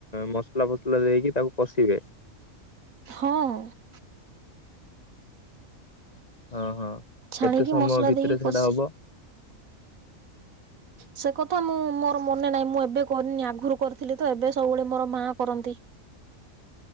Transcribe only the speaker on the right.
ହଁ।
ଛାଣିକି
ମସଲା
ଦେଇକି
କଷି
ସେ କଥା ମୁଁ ମୋର ମନେ ନାହିଁ, ମୁଁ ଏବେ କରିନି ଆଗରୁ କରିଥିଲି ତ, ଏବେ ସବୁବେଳେ ମୋର ମା କରନ୍ତି।